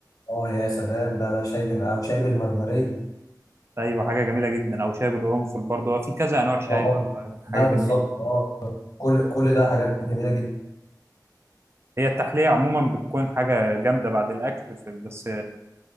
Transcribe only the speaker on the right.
أيوة حاجة جميلة جدا أو شاي بالقرنفل برضه هو في كذا أنواع شاي
برضه حاجة
جميلة
هي التحلية عموما بتكون حاجة جامدة بعد الأكل في بس